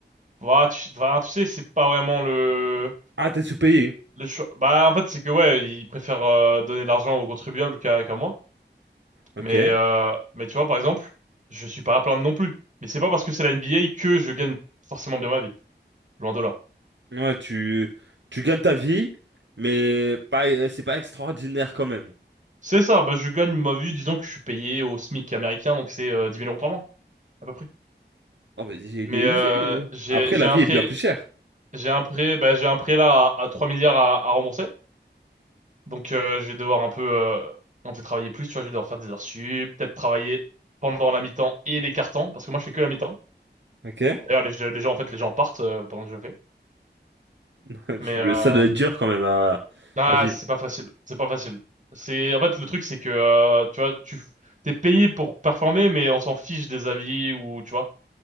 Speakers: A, on the right (about 40°); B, on the right (about 80°).
A: Bah, tu, bah, tu sais, c'est pas vraiment le,
B: Ah, t'es sous-payé.
A: le choix. Bah, en fait, c'est que, ouais, ils préfèrent euh, donner de l'argent aux contribuables qu'à qu'à moi.
B: Ok.
A: Mais, euh, mais tu vois, par exemple, je suis pas à plaindre non plus. Mais c'est pas parce que c'est la NBA que je gagne forcément bien ma vie. Loin de là.
B: Ouais, tu tu gagnes ta vie, mais pas euh, c'est pas extraordinaire quand même.
A: C'est ça, bah, je gagne ma vie, disons que je suis payé au SMIC américain, donc c'est euh, 10 000 euros par mois, à peu près.
B: Oh, mais il
A: Mais
B: est élevé.
A: euh, j'ai,
B: Après,
A: j'ai
B: la
A: un
B: vie
A: prêt,
B: est bien plus chère.
A: j'ai un prêt, bah, j'ai un prêt là à, à 3 milliards à, à rembourser. Donc euh, je vais devoir un peu, euh, un peu travailler plus, tu vois, je vais devoir faire des heures sup, peut-être travailler pendant la mi-temps et les cartons, parce que moi je fais que la mi-temps.
B: Ok.
A: D'ailleurs les, les gens en fait les gens partent euh, pendant que je le fais.
B: <laughs> Je-
A: Mais euh,
B: Ça doit être dur quand même à,
A: ah
B: à vivre.
A: c'est pas facile, c'est pas facile. C'est en fait le truc c'est que euh, tu vois tu t'es payé pour performer mais on s'en fiche des avis ou tu vois